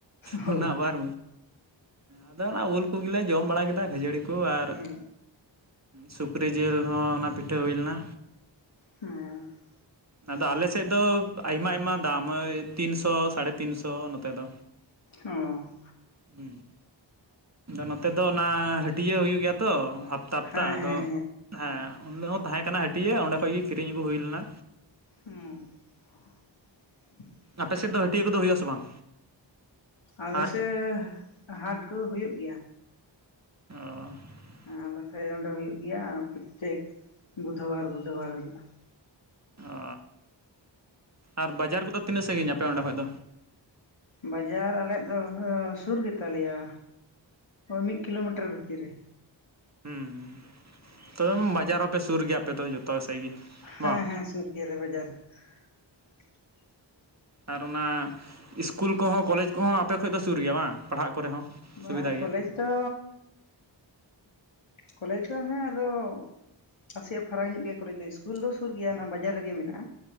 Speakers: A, on the left (about 85°); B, on the right (about 35°).
A: ᱦᱚᱸ
B: ᱚᱱᱟ ᱟᱵᱟᱨ᱾ ᱟᱫᱚ ᱚᱱᱟ ᱩᱞ ᱠᱚᱜᱮᱞᱮ ᱡᱚᱢ ᱵᱟᱲᱟ ᱠᱮᱫᱟ ᱠᱷᱟᱹᱡᱟᱹᱲᱤ ᱠᱚ ᱟᱨ
A: ᱦᱮᱸ
B: ᱥᱩᱠᱨᱤ ᱡᱤᱞ ᱦᱚᱸ ᱚᱱᱟ ᱯᱤᱴᱷᱟᱹ ᱦᱩᱭ ᱞᱮᱱᱟ
A: <unintelligible>
B: ᱟᱫᱚ ᱟᱞᱮᱥᱮᱫ ᱫᱚ ᱟᱭᱢᱟ ᱟᱭᱢᱟ ᱫᱟᱢ ᱳᱭ ᱛᱤᱱᱥᱚ ᱥᱟᱲᱮ ᱛᱤᱱ ᱥᱚ ᱱᱚᱛᱮ ᱫᱚ
A: ᱚᱸ
B: ᱦᱩᱸ ᱱᱚᱛᱮ ᱫᱚ ᱚᱱᱟ ᱦᱟᱹᱴᱤᱭᱟᱹ ᱦᱩᱭᱩᱜ ᱜᱮᱭᱟ ᱛᱚ ᱦᱟᱯᱛᱟ ᱦᱟᱯᱛᱟ
A: ᱦᱮᱸ
B: ᱟᱫᱚ᱾
A: ᱦᱮᱸ ᱦᱮᱸ
B: ᱦᱮᱸ ᱩᱱᱤᱞᱳᱜ ᱦᱚᱸ ᱛᱟᱦᱮᱸ ᱠᱟᱱᱟ ᱦᱟᱹᱴᱤᱭᱟᱹ ᱚᱸᱰᱮ ᱠᱷᱚᱡ ᱜᱮ ᱠᱤᱨᱤᱧ ᱟᱹᱜᱩ ᱦᱩᱭ ᱞᱮᱱᱟ᱾
A: <unintelligible>
B: ᱟᱯᱮ ᱥᱮᱫ ᱫᱚ ᱦᱟᱹᱴᱤᱭᱟᱹ ᱠᱚᱫᱚ ᱦᱩᱭᱩᱜ ᱟᱥᱮ ᱵᱟᱝ᱾
A: ᱟᱞᱮ
B: ᱦᱟᱴ
A: ᱥᱮᱫ ᱦᱟᱴ ᱠᱚ ᱦᱩᱭᱩᱜ ᱜᱮᱭᱟ
B: ᱚ
A: ᱟᱞᱮᱥᱮᱫ ᱚᱸᱰᱮ ᱦᱩᱭᱩᱜ ᱜᱮᱭᱟ ᱯᱨᱚᱛᱮᱠ ᱵᱩᱫᱷᱚᱵᱟᱨ ᱵᱩᱫᱷᱚᱵᱟᱨ ᱦᱩᱭᱩᱜᱼᱟ᱾
B: ᱚ ᱟᱨ ᱵᱟᱡᱟᱨ ᱠᱚᱫᱚ ᱛᱤᱱᱟᱹᱜ ᱥᱟᱹᱜᱤᱧ ᱟᱯᱮ ᱚᱸᱰᱮ ᱠᱷᱚᱡ ᱫᱚ᱾
A: ᱵᱟᱡᱟᱨ ᱟᱞᱮᱭᱟᱜ ᱫᱚ ᱥᱩᱨ ᱜᱮᱛᱟᱞᱮᱭᱟ ᱢᱤᱫ ᱠᱤᱞᱳᱢᱤᱴᱟᱨ ᱵᱷᱤᱛᱤᱨ ᱨᱮ᱾
B: ᱦᱩᱸ ᱛᱚ ᱵᱟᱡᱟᱨ <inaudible> ᱯᱮ ᱥᱩᱨ ᱜᱮᱭᱟ ᱟᱯᱮ ᱫᱚ ᱡᱩᱚᱛᱚ ᱜᱮ ᱥᱮᱜ
A: ᱦᱮᱸ
B: ᱵᱟᱝ
A: ᱦᱮᱸ ᱥᱩᱨ ᱜᱮᱭᱟᱞᱮ ᱵᱟᱡᱟᱨ <unintelligible>
B: ᱟᱨ ᱚᱱᱟ ᱤᱥᱠᱩᱞ ᱠᱚᱦᱚᱸ ᱠᱚᱞᱮᱡᱽ ᱠᱚᱦᱚᱸ ᱟᱯᱮ ᱠᱷᱚᱱ ᱫᱚ ᱥᱩᱨ ᱜᱮᱭᱟ ᱵᱟᱝ ᱯᱟᱲᱦᱟᱜ ᱠᱚᱨᱮ ᱦᱚᱸ᱾
A: ᱵᱟ
B: ᱥᱩᱵᱤᱫᱷᱟ ᱜᱮᱭᱟ
A: ᱠᱚᱞᱮᱡᱽ ᱫᱚ ᱠᱚᱞᱮᱡᱽ ᱫᱚ ᱦᱮᱸ ᱟᱫᱚ ᱱᱟᱥᱮᱭᱟᱜ ᱯᱷᱟᱨᱟᱠ ᱧᱚᱜ ᱜᱮᱭᱟ ᱠᱚᱞᱮᱡᱽ ᱫᱚ ᱥᱤᱥᱠᱩᱞ ᱫᱚ ᱥᱩᱨ ᱜᱮᱭᱟ ᱵᱟᱡᱟᱨ ᱨᱮᱜᱮ ᱢᱮᱱᱟᱜᱼᱟ᱾